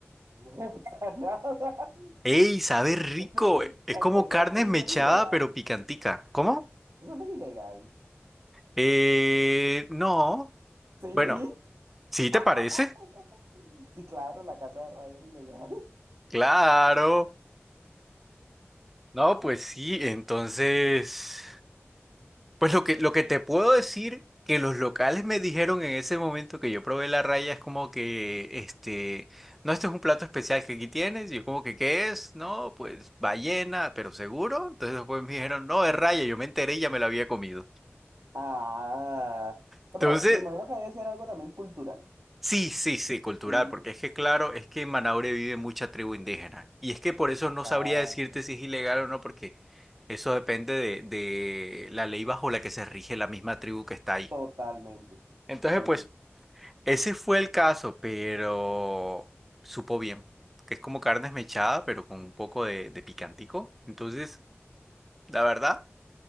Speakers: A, on the right; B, in the centre.
A: No, para nada.
B: ¡Ey! Sabe rico.
A: Eso,
B: eh. Es
A: para
B: como
A: empezar,
B: carne
A: eso
B: mechada,
A: no es ilegal.
B: pero picantica. ¿Cómo?
A: Eso no es ilegal.
B: Eh, no.
A: Sí.
B: Bueno, ¿sí te
A: <laughs>
B: parece?
A: Sí, claro, la casa de raya es ilegal. <laughs>
B: Claro. No, pues sí. Entonces, pues lo que, lo que te puedo decir que los locales me dijeron en ese momento que yo probé la raya es como que, este, no, este es un plato especial que aquí tienes. Y yo como que, ¿qué es? No, pues ballena, pero seguro. Entonces después me dijeron, no, es raya. Yo me enteré y ya me la había comido.
A: Ah.
B: Entonces...
A: No, pero me imagino que debe ser algo también cultural.
B: Sí, sí, sí, cultural,
A: Algo cultural.
B: porque es que claro, es que en Manaure vive mucha tribu indígena. Y es que por eso no
A: Ah,
B: sabría decirte si es ilegal o no, porque eso depende de, de la ley bajo la que se rige la misma tribu que está ahí.
A: totalmente.
B: Entonces,
A: Totalmente.
B: pues, ese fue el caso, pero supo bien, que es como carne esmechada, pero con un poco de, de picantico. Entonces, la verdad,